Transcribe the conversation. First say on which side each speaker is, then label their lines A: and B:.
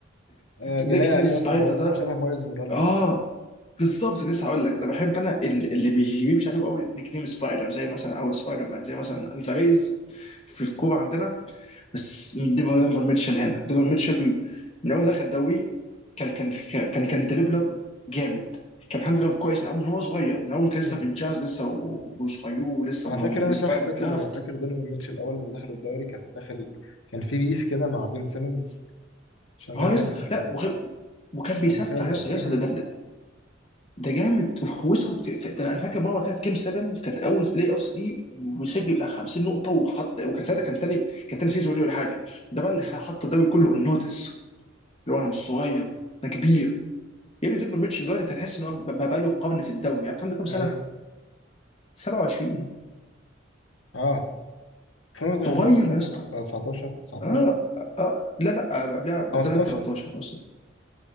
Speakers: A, on the left; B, on the left.
A: آه جلاي
B: نيك
A: عليه
B: نيم سبايدر
A: اصلا هو
B: ده
A: اصلا شبه مايلز موراليس
B: اه
A: اصلا
B: بالظبط كنت لسه هقول لك انا بحب انا ال- اللي بي- بيمشي عليهم قوي نيك نيم سبايدر زي مثلا او سبايدر مان زي مثلا الفاريز في الكوره عندنا بس ديفون ديفون ميتشل هنا ديفون ميتشل من اول دخل الدوري كان كان كان كان ديليبلر جامد كان الحمد لله كويس من اول من هو صغير من اول ما كان لسه
A: مم.
B: في الجاز لسه وصغير ولسه
A: انا
B: ما
A: فاكر
B: هو
A: انا
B: لسه
A: صح
B: طالع من
A: فاكر
B: الدرافت
A: فاكر دونيفان ميتشل الاول لما دخل الدوري كان داخل كان في ريف كده مع بين سيمنز عشان
B: اه
A: بين
B: يا
A: سيمنز
B: اسطى
A: كان
B: لا وغير- وكان
A: كان
B: بيسفح
A: السنه اللي
B: يا اسطى
A: قبليها
B: يا اسطى ده, ده, ده, ده جامد وفوزهم في في ده انا فاكر مره كان في جيم 7 كانت اول بلاي اوفس ليه وسجل بتاع 50 نقطه وحط وكان ساعتها كان تاني كان تاني سيزون ليه ولا حاجه ده بقى اللي
A: مم.
B: خ- حط الدوري كله النوتس اللي هو انا مش صغير انا كبير يا ابني دونيفر ميتشل دلوقتي انت هتحس ان هو ب- بقى له قرن في الدوري عارف عنده كام سنه؟
A: ايوه
B: 27
A: اه 2018
B: صغير
A: هم
B: يا اسطى
A: صح ولا 19 19
B: اه اه لا لا آه، قبلها تقريباً
A: 15
B: 18 اصلا